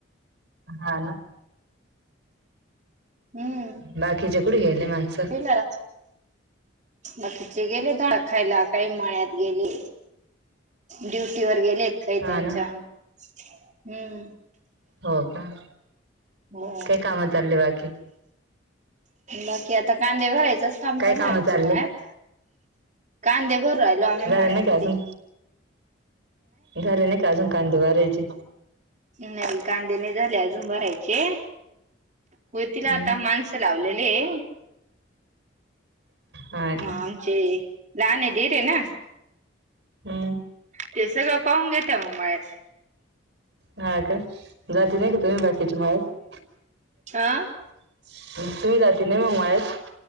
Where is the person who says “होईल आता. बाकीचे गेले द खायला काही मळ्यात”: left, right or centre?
Right